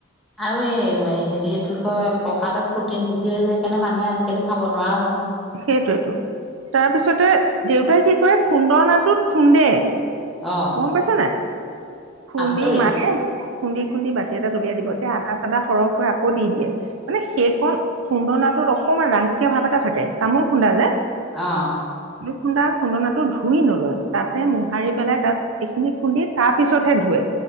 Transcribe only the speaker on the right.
সেইটোৱেটো তাৰপিছতে দেউতাই কি কৰে খুন্দনাটোত খুন্দে
গম পাইছা নাই খুন্দি
মায় খুন্দি খুন্দি বাতি এটা উলিয়াই দিব যে আ চাদা সৰহকৈ আকৌ দি দিয়ে মানে সেইকণ খুন্দনাটোত অকমান ৰাংচিয়া ভাৱ এটা থাকে। তামোল খুন্দা যে
খুন্দা খুন্দনাটো ধুই নলয় তাতে মোহাৰি পেলাই তাত এইখিনি খুন্দি তাৰ পিছতহে ধোৱে